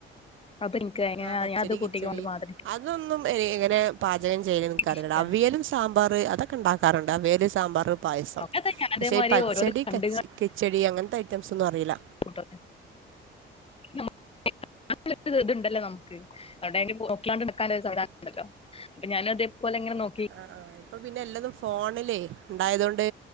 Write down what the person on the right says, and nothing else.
ആ പച്ചടി
കിച്ചടി
അതൊന്നും ഹെ ഇങ്ങനെ പാചകം ചെയ്യല്ന്ന് നിനക്ക അറിയില്ല
അവിയലും സാ സാമ്പാർ അതൊക്കെ ഇണ്ടാക്കാരുണ്ട് അവിയൽ സാമ്പാർ പായസം
പക്ഷേ ഈ പച്ചടി
കെ കിച്ചടി അങ്ങനത്തെ ഐറ്റംസ് ഒന്നും അറിയില്ല
ആഹ് ആഹ് ഇപ്പൊ പിന്നെ എല്ലാതും ഫോണിലേ ഇണ്ടായതോണ്ട്